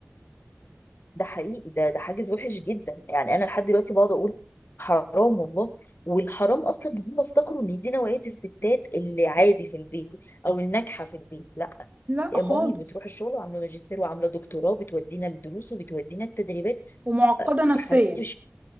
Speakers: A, on the left; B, on the right.
A: ده حقيقي ده ده حاجز وحش جدا يعني انا لحد دلوقتي بقعد اقول حرام والله والحرام اصلا ان هم افتكروا ان دي نوعيه الستات اللي عادي في البيت او الناجحه في البيت لا
B: لا
A: مامي
B: خالص
A: بتروح الشغل وعامله ماجستير وعامله دكتوراه بتودينا الدروس وبتودينا التدريبات
B: ومعقدة
A: آه،
B: نفسيا
A: يا حبيبتي